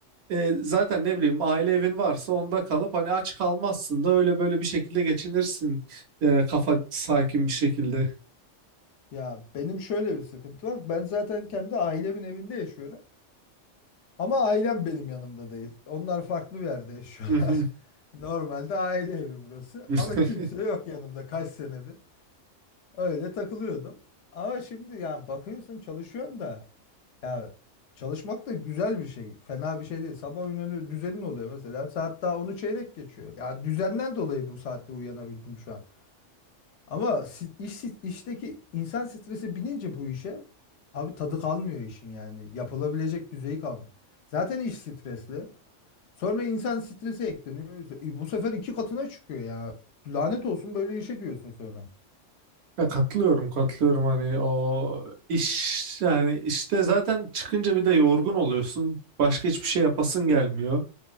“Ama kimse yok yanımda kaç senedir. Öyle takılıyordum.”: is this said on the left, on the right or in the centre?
Left